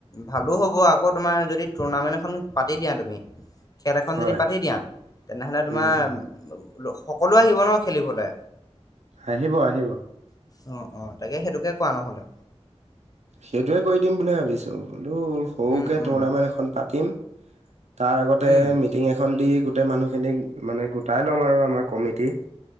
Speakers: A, on the left; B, on the right.
A: ভালো হ'ব আকৌ তোমাৰ যদি টুৰ্ণামেণ্ট এখন পাতি দিয়া তুমি খেল এখন
B: হয়
A: যদি পাতি দিয়া তেনেহলে তোমাৰ
B: উম উম
A: সকলোৱে আহিব ন খেলিবলৈ।
B: আহিব আহিব
A: অ' অ 'তাকে সেইটোকে কৰা নহলে
B: সেইটোৱে কৰি দিম বুলি ভাবিছো। বোলো সৰুকে
A: উম উম
B: টুৰ্ণামেণ্ট এখন পাতিম। তাৰ আগতে
A: উম
B: মিটিং এখন দি। গোটেই মানুহখিনিক মানে গোটাই ল'ম আৰু আমাৰ কমিটি।